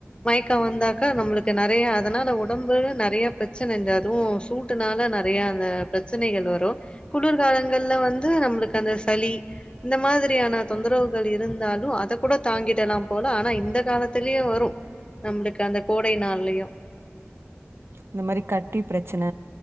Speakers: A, on the left; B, on the right.
A: மயக்கம் வந்தாக்கா நம்ளுக்கு நெறைய அதனால உடம்பு நெறைய ப்ரச்சன இந்த அதுவு சூட்டுனால நெறைய அந்த ப்ரச்சனைகள் வரு குளுர்காலங்கள்ல வந்து நம்ளுக்கு அந்த சளி இந்த மாதிரியான தொந்தரவுகள் இருந்தாலு அ த கூட தாங்கிடலா போல ஆனா இந்த காலத்திலேயே வரு நம்ளுக்கு அந்த கோடை நாள்லயு
B: இந்த மாறி கட்டி ப்ரச்சன